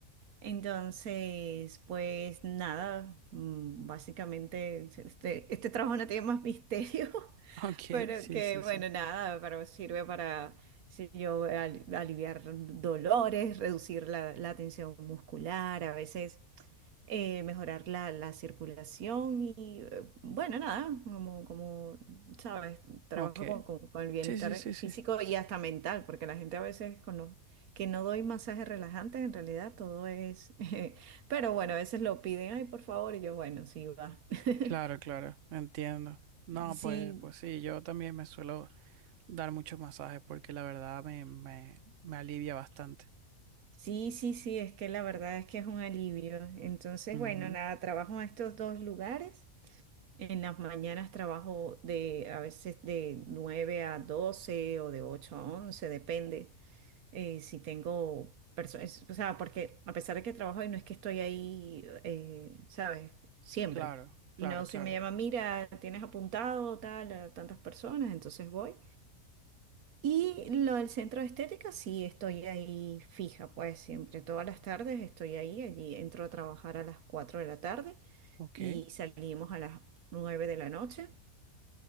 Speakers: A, on the right; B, on the right.
A: Entonces, pues nada, mm, básicamente este, este trabajo no tiene más misterio. <laughs>
B: <laughs> ok,
A: Pero
B: sí,
A: que
B: sí,
A: bueno,
B: sí,
A: nada, pero sirve para, si yo, al- aliviar dolores, reducir la, la tensión muscular, a veces eh, mejorar la, la circulación y eh, bueno, nada, como, como sabes, trabajo
B: ok,
A: con, con- con el bienestar
B: sí, sí, sí,
A: físico
B: sí,
A: y hasta mental, porque la gente a veces con los que no doy masajes relajantes, en realidad todo es, <laughs> pero bueno, a veces lo piden, ay, por favor, y yo, bueno, sí, va. <laughs>
B: claro, claro, entiendo. No,
A: Sí,
B: pues, pues sí, yo también me suelo dar muchos masajes porque la verdad me, me, me alivia bastante.
A: Sí, sí, sí, es que la verdad es que es un alivio. Entonces,
B: Ujú,
A: bueno, nada, trabajo en estos dos lugares. En las mañanas trabajo de a veces de 9 a 12 o de 8 a 11, depende eh, si tengo personas, o sea, porque a pesar de que trabajo y no es que estoy ahí, eh, ¿sabes? Siempre.
B: Claro, claro,
A: Y no, si
B: claro,
A: me llaman, mira, tienes apuntado tal a tantas personas, entonces voy. Y lo del centro de estética, sí, estoy ahí fija, pues siempre, todas las tardes estoy ahí, allí entro a trabajar a las 4 de la tarde
B: ok,
A: y salimos a las 9 de la noche.